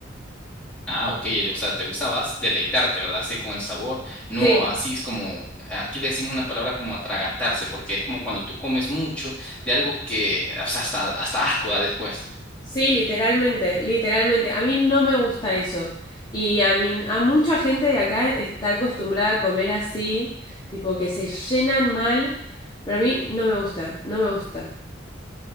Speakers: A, in the centre; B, on the left (about 20°).
A: Ah, ok, o sea, te gusta, vas deleitarte, ¿verdad? Sí, con el sabor. No,
B: Sí,
A: así es como, aquí le decimos una palabra como atragantarse, porque es como cuando tú comes mucho de algo que, o sea, hasta, hasta asco da después.
B: Sí, literalmente, literalmente. A mí no me gusta eso. Y a mí, a mucha gente de acá está acostumbrada a comer así, tipo que se llenan mal, pero a mí no me gusta, no me gusta.